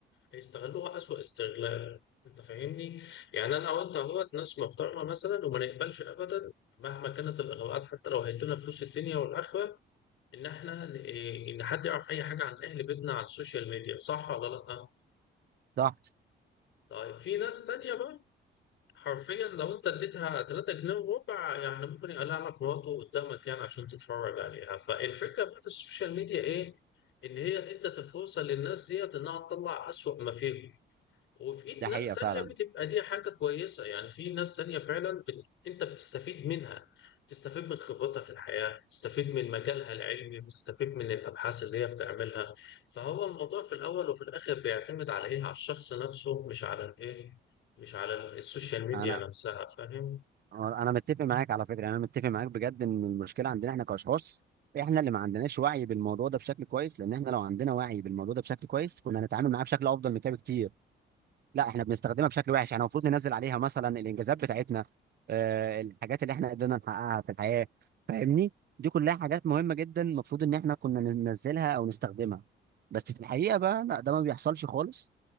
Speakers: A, on the left; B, on the right.
A: هيستغلوها أسوأ استغلال أنت فاهمني؟ يعني أنا وأنت أهوت ناس محترمة مثلا وما نقبلش أبدا مهما كانت الإغراءات حتى لو هيدونا فلوس الدنيا والآخرة إن إحنا إن حد يعرف أي حاجة عن أهل بيتنا على السوشيال ميديا صح ولا لأ؟
B: صح
A: طيب في ناس تانية بقى حرفيا لو انت اديتها 3 جنيه وربع يعني ممكن يقلع لك مراته قدامك يعني عشان تتفرج عليها فالفكره بقى في السوشيال ميديا ايه ان هي ادت الفرصه للناس ديت انها تطلع اسوأ ما فيهم وفي ايد
B: ده
A: ناس
B: حقيقه
A: تانية
B: فعلا
A: بتبقى دي حاجة كويسة يعني في ناس تانية فعلا بت... انت بتستفيد منها تستفيد من خبرتها في الحياة تستفيد من مجالها العلمي بتستفيد من الأبحاث اللي هي بتعملها فهو الموضوع في الأول وفي الآخر بيعتمد على إيه على الشخص نفسه مش على الإيه مش على السوشيال ميديا
B: انا
A: نفسها فاهم
B: انا متفق معاك على فكره انا متفق معاك بجد ان المشكله عندنا احنا كاشخاص احنا اللي ما عندناش وعي بالموضوع ده بشكل كويس لان احنا لو عندنا وعي بالموضوع ده بشكل كويس كنا هنتعامل معاه بشكل افضل من كده بكتير لا احنا بنستخدمها بشكل وحش احنا المفروض ننزل عليها مثلا الانجازات بتاعتنا آه، الحاجات اللي احنا قدرنا نحققها في الحياة فاهمني دي كلها حاجات مهمة جدا المفروض ان احنا كنا ننزلها او نستخدمها بس في الحقيقة بقى لا ده ما بيحصلش خالص